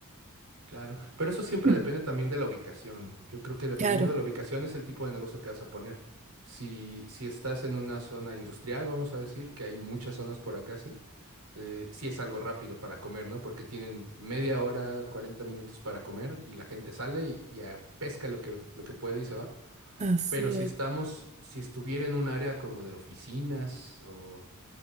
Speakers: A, on the right; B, on the right.
A: claro, pero eso siempre
B: Mm.
A: depende también de la ubicación. Yo creo que dependiendo
B: Claro,
A: de la ubicación es el tipo de negocio que vas a poner. Si, si estás en una zona industrial, vamos a decir, que hay muchas zonas por acá, sí. eh, sí es algo rápido para comer, ¿no? Porque tienen media hora, 40 minutos para comer y la gente sale y, y a- pesca lo que, lo que puede y se va.
B: así
A: Pero si
B: es.
A: estamos, si estuviera en un área como de oficinas o